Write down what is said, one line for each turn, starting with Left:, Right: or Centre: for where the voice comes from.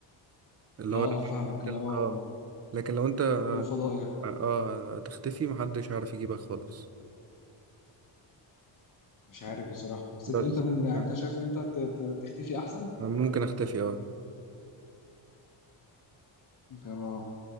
Right: اللي
Left: اه
Right: هو لازم
Left: اه فاهمك
Right: تقتل
Left: اللي هو
Right: اه لكن لو انت
Left: مخلوق فضائي
Right: اه تختفي محدش هيعرف يجيبك خالص
Left: مش عارف بصراحة بس
Right: بس
Left: انت انت من يعني
Right: انا
Left: انت شايف ان انت ت- ت- تختفي احسن
Right: ممكن اختفي اه
Left: انت ما-